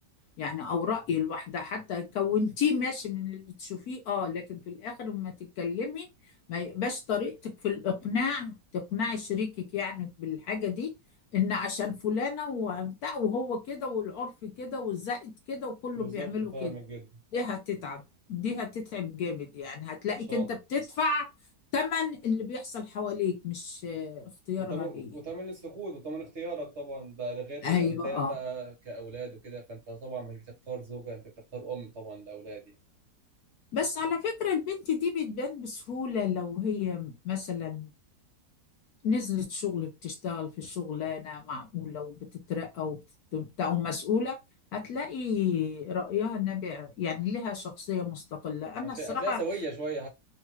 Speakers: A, on the left (about 70°); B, on the right (about 45°).
A: يعني او رايي الواحده حتى كونتيه ماشي من اللي تشوفيه اه لكن في الاخر لما تتكلمي ما يبقاش طريقتك في الاقناع تقنعي شريكك يعني بالحاجه دي ان عشان فلانه وبتاع وهو كده والعرف كده والزائد كده وكله
B: بالظبط
A: بيعملوا
B: فاهمك
A: كده
B: جدا
A: دي هتتعب دي هتتعب جامد يعني هتلاقيك
B: ان شاء
A: انت
B: الله
A: بتدفع تمن اللي بيحصل حواليك مش آه، اختيارها
B: وتمن
A: هي
B: وتمن السكوت وتمن اختيارك طبعا ده ده غير
A: ايوه
B: قدام بقى كأولاد وكده فانت طبعا مش بتختار زوجة انت بتختار ام طبعا لأولاد يعني
A: بس على فكرة البنت دي بتبان بسهولة لو هي مثلا نزلت شغل بتشتغل في شغلانة معقولة وبتترقى وبتبقى ومسؤولة هتلاقي رأيها النابع يعني لها شخصية مستقلة أنا
B: هتلاقي
A: الصراحة
B: هتلاقيها سوية شوية